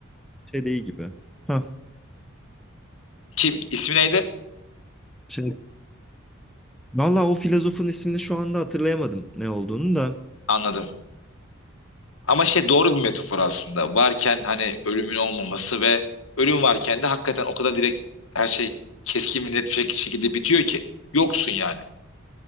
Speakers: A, in the centre; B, on the left.
A: Şey değil gibi. Ha
B: Kim? İsmi neydi?
A: şey. Valla o filozofun ismini şu anda hatırlayamadım ne olduğunu da.
B: Anladım. Ama şey doğru bir metafor aslında. Varken hani ölümün olmaması ve ölüm varken de hakikaten o kadar direkt her şey keskin ve net bir şek- şekilde bitiyor ki. Yoksun yani.